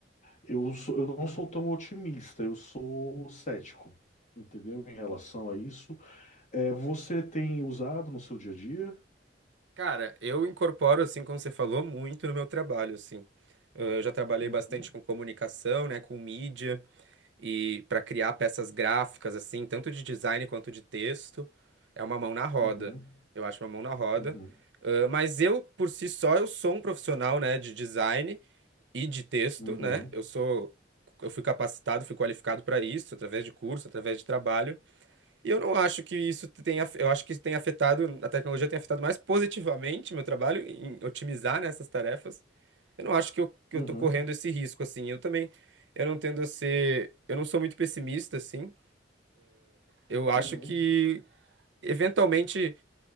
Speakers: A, on the left; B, on the right.
A: eu sou- eu não sou tão otimista, eu sou cético, entendeu? Em relação a isso. É, você tem usado no seu dia a dia?
B: Cara, eu incorporo, assim, como você falou, muito no meu trabalho, assim. Eh, Eu já trabalhei
A: Uhum,
B: bastante com comunicação, né, com mídia. e para criar peças gráficas assim, tanto de design quanto de texto, é uma mão na roda.
A: uhum,
B: Eu acho uma mão na roda.
A: uhum,
B: Ah, mas eu, por si só, eu sou um profissional, né, de design e de texto,
A: uhum,
B: né? Eu sou Eu fui capacitado, fui qualificado para isso, através de curso, através de trabalho. E eu não acho que isso tenha. Eu acho que isso tem afetado, a tecnologia tem afetado mais positivamente meu trabalho em otimizar, né, essas tarefas eu não acho que eu, que
A: uhum,
B: eu tô correndo esse risco, assim. Eu também, eu não tendo a ser, eu não sou muito pessimista, assim. Eu acho
A: uhum,
B: que, eventualmente,